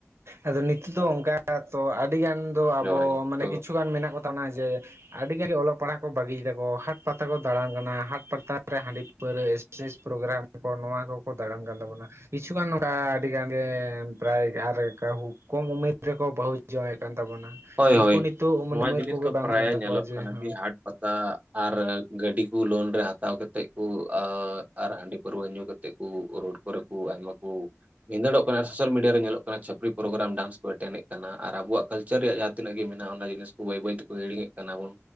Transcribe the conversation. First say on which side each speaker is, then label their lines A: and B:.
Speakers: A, on the right; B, on the right.
A: ᱟᱫᱚ ᱱᱤᱛᱳᱜ ᱫᱚ ᱚᱱᱠᱟ ᱛᱚ ᱟᱹᱰᱤ ᱜᱟᱱ ᱫᱚ ᱟᱵᱚ
B: ᱦᱳᱭ
A: ᱢᱟᱱᱮ
B: ᱛᱚ
A: ᱠᱤᱪᱷᱩ ᱜᱟᱱ ᱢᱮᱱᱟᱜ ᱠᱚ ᱛᱟᱵᱚᱱᱟ ᱡᱮ ᱟᱹᱰᱤ ᱜᱟᱱ ᱜᱮ ᱚᱞᱚᱜ ᱯᱟᱲᱦᱟᱜ ᱠᱚ ᱵᱟᱹᱜᱤᱭ ᱫᱟᱠᱚ ᱦᱟᱴ ᱯᱟᱛᱟ ᱠᱚ ᱫᱟᱬᱟᱱ ᱠᱟᱱᱟ ᱦᱟᱴ ᱯᱟᱛᱟ ᱨᱮ ᱦᱟᱺᱰᱤ ᱯᱟᱹᱣᱨᱟᱹ ᱮᱠᱥᱟᱨᱟᱭᱤᱡᱽ ᱯᱨᱳᱜᱨᱟᱢ ᱠᱚ ᱱᱚᱣᱟ ᱠᱚ ᱠᱚ ᱫᱟᱬᱟᱱ ᱠᱟᱱ ᱛᱟᱵᱚᱱᱟ᱾ ᱠᱤᱪᱷᱩᱜᱟᱱ ᱱᱚᱝᱠᱟ ᱟᱹᱰᱤ ᱜᱟᱱ ᱜᱮ ᱯᱨᱟᱭ ᱟᱨ ᱠᱚᱢ ᱩᱢᱮᱨ ᱨᱮᱠᱚ ᱵᱟᱹᱦᱩ ᱡᱟᱣᱟᱭ ᱮᱫ ᱠᱟᱱ ᱛᱟᱵᱚᱱᱟ
B: ᱦᱳᱭ
A: ᱱᱩᱠᱩ
B: ᱦᱳᱭ
A: ᱱᱤᱛᱚᱜ ᱢᱟᱱᱮ
B: ᱱᱚᱣᱟ
A: ᱩᱢᱮᱨ
B: ᱡᱤᱱᱤᱥ
A: ᱠᱚᱜᱮ
B: ᱫᱚ
A: ᱵᱟᱝ
B: ᱯᱨᱟᱭ
A: ᱦᱩᱭ ᱠᱟᱱ ᱛᱟᱠᱚᱣᱟ
B: ᱧᱮᱞᱚᱜ
A: ᱡᱮ
B: ᱠᱟᱱᱟ
A: ᱦᱮᱸ
B: ᱠᱤ ᱦᱟᱴ ᱯᱟᱛᱟ ᱟᱨ ᱜᱟᱹᱰᱤ ᱠᱩ ᱞᱳᱱ ᱨᱮ ᱦᱟᱛᱟᱣ ᱠᱟᱛᱮᱫ ᱠᱚ ᱟᱨ ᱦᱟᱺᱰᱤ ᱯᱟᱹᱨᱣᱟᱹ ᱧᱩ ᱠᱟᱛᱮᱫ᱾ ᱮᱱᱛᱫ ᱠᱚ ᱨᱳᱰ ᱠᱚᱨᱮ ᱠᱚ ᱟᱭᱢᱟ ᱠᱚ᱾ ᱵᱷᱤᱫᱟᱹᱲᱚᱜ ᱠᱟᱱᱟ ᱥᱩᱥᱟᱞ ᱢᱤᱰᱤᱭᱟ ᱨᱮ ᱧᱮᱞᱚᱜ ᱠᱟᱱᱟ ᱪᱟᱹᱯᱨᱤ ᱯᱨᱳᱜᱨᱟᱢ ᱰᱟᱱᱥ ᱠᱚ ᱮᱴᱮᱱ ᱮᱫ ᱠᱟᱱᱟ ᱟᱨ ᱟᱵᱚᱣᱟᱜ ᱠᱟᱞ ᱪᱟᱨ ᱨᱮᱭᱟᱜ ᱡᱟᱦᱟᱸ ᱛᱤᱱᱟᱹᱜ ᱜᱮ ᱢᱮᱱᱟᱜᱼᱟ ᱚᱱᱟ ᱡᱤᱱᱤᱥ ᱠᱚ ᱵᱟᱹᱭ ᱵᱟᱹᱭ ᱛᱮᱠᱚ ᱦᱤᱲᱤᱧ ᱮᱫ ᱠᱟᱱᱟ ᱵᱚᱱ᱾